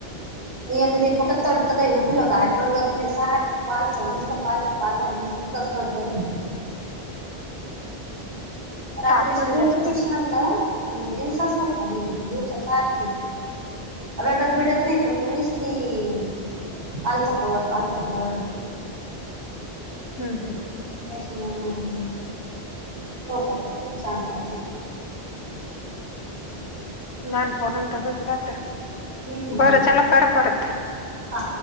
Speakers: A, on the right; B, on the left.
A: अ ते पत तड त उठल का आज वळप सारख पालत नित पालत पालतात. तड तडकररी येत. रात्रीच
B: तापड
A: झोपती
B: जास्त
A: शांत आणि दिवसाच फक्त ने दिवसा सारखी रडत बिडत नाही. पण मीच ती पालत पड पालता पड
B: हम् हम
A: त्या म सोपतच नाही. शांत अशी
B: लहानपरून तसच राहत.
A: हम्म
B: बरं चला कर परत
A: हा